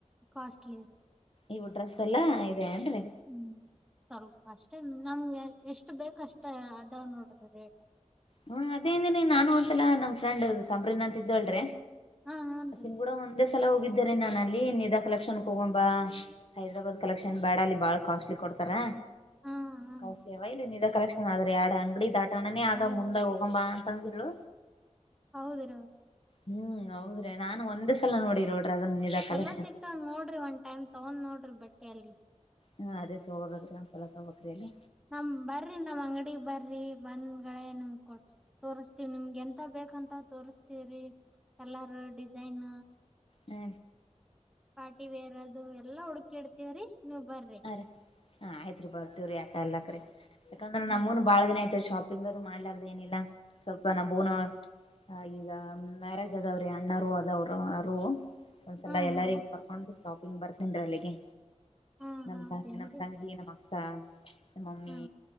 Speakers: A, in the centre; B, on the left.
A: ಕಾಸ್ಟ್ಲಿ ರೀ
B: ಇವು ಡ್ರೆಸ್ ಎಲ್ಲಾ ಇದೆ ಅಏನ್ರಿ
A: ಹ್ಮ್ ಸ್ವಲ್ಪ ಅಷ್ಟೇ ನಮ್ಗೆ ಎಷ್ಟು ಬೇಕಷ್ಟ ಅದಾವ ನೋಡ್ರಿ ರೇಟ್
B: ಹ್ಮ್ ಅದೇಂದನಿ ನಾನು ಒಂದ್ಸಲ ನಮ್ ಫ್ರೆಂಡ್ ಸಂಬ್ರೀನ್ ಅಂತ ಇದ್ದಳ್ರೀ
A: ಹಾ ಹನ್ರಿ
B: ಅತ್ತನ್ ಕೂಡ ಒಂದ ಒೆ ಸಲ ಹೋಗಿದ್ದಿದ್ದಾರೆ ನಾನು ಅಲ್ಲಿ ನಿಧಾ ಕಲೆಕ್ಷನ್ ಕಗೊಂಬಾ ಹೈದ್ರಾಬಾದ್ ಕಲೆಕ್ಷನ್ ಬೇಡ ಅಲ್ಲಿ ಬಾಳ ಕಾಸ್ಟ್ಲಿ ಕೊಡ್ತಾರಾ
A: ಹಾ ಹನ್ರಿ
B: ಕೌಸಯವ ಇಲ್ಲಿ ನಿ ಕಲೆಕ್ಷನ್ ಆದ್ರೆ ಎರಡು ಅಂಗಡಿ ದಾಟೋಣನೇ ಆದ
A: ಹೌದ
B: ಮುಂದೆೋಗ ಬಾ ಅಂತಂದ್ರು
A: ಹೌದರಾ
B: ಹ್ಮ್ ಹೌದ್ರಿ ನಾನ್ ಒಂದ್ ಸಲ ನೋಡಿ ನೋಡ್ರಿ ಅದನ್ ನಿಜ
A: ಚಲೋ
B: ಕಲೆಕ್ಷನ್
A: ಸಿಕ್ತಾವ ನೋಡ್ರಿ ಒಂದ ಟಮ್ ತಗೊಂಡ್ ನೋಡ್ರಿ ಬಟ್ಟೆ ಅಲ್ಲಿ
B: ಹ್ಮ್ ಅದೇ ತಗೋಬೇಕಕ್ರೀ ಒಂದ್ಸಲ ತಗೋಗಬೇಕಕ್ರಿ ಅಲ್ಲಿ
A: ನಮ ಬರ್ರಿ ನಮ್ ಅಂಗಡಿ ಬರ್ರಿ ಬಂದ್ಗಳೇ ನಿಮ ಕೊಡ್ ತೋರ್ಸ್ತವ ನಿಮ್ಗೆ ಎಂತ ಬೇಕಂತ ತೋರ್ಸ್ತವ್ರಿ ಕಲರ್ ಡಿಸೈನ್
B: ಹ್ಞ
A: ಪಾರ್ಟಿ ವೇರ್ ಅದು ಎಲ್ಲಾ ಹುಡುಕಿ ಇಡ್ತೀವ್ರಿ ನೀವ್ ಬರ್ರಿ
B: ಹಾ ಹಾ ಆಯ್ತ್ರಿ ಬರ್ತೀವ್ರೀ ಆಟ ಎಲ್ಲಾಕ್ರೀ ಯಾಕಂದ್ರೆ
A: ಹ್ಮ್
B: ನಮ್ಮ್ನ್ ಬಾಳ ದಿನ ಆಯ್ತ್ ಶಾಪಿಂಗ್ ಅದು ಮಾಡ್ಲಾರ್ದ ಏನಿಲ್ಲ ಸ್ವಲ್ಪ ನಾವುೂನು ಹ ಈಗ ಮ್ಯಾರೇಜ್ ಅದವ್ರೆ ಅಣ್ಣಾರರು ಅದವರು ಅವ ಒಂದ್ಸಲ
A: ಹಾ
B: ಎಲ್ಲರಿಗ್
A: ಹಾ
B: ಕರ್ಕೊಂಡು ಶಾಪಿಂಗ್ ಬರ್ತೀನ್್ರಿ ಅಲ್ಲಿಗೆ
A: ಹಾ
B: ನಮ್
A: ಹೌದೇನ್ರಿ
B: ತ ನಮ್ಮ್ ತಂಗಿ ನಮ್ಮ್ ಅಕ್ಕ ನಮ್ಮಮ್ಮಿ
A: ಹಾ